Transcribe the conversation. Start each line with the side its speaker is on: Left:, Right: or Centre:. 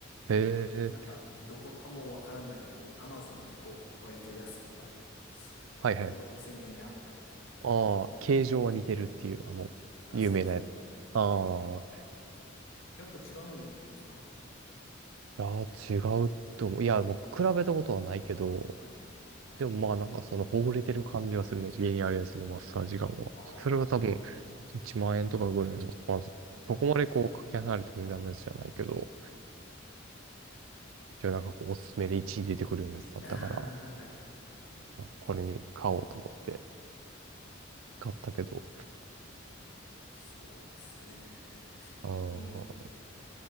Right: へえ、
Left: なんか、どこともわからない、こう、アマゾンでこう、割と安く、あの、す
Right: はいはい
Left: 5、6千円であったみたいな。
Right: ああ、形状は似てるっていう、あの、
Left: あ、
Right: 有名なやつ。
Left: そうそうです。
Right: ああ、
Left: やっぱ違うんですか
Right: いやー、違うと思う。いや、もう比べたことはないけど、
Left: はい。
Right: でもまあなんかそのほぐれてる感じはするね。家にあるやつのマッサージガンは。
Left: ああ、
Right: それは多分1万円とかぐらいの、まず、
Left: うん
Right: そこまでこうかけ離れた値段のやつじゃないけど、じゃあなんかこうおすすめで1位に出てくるようなやつだったから、
Left: <laughs> はい。
Right: これに買おうと思って買ったけど、
Left: そうですね。
Right: あー
Left: うん。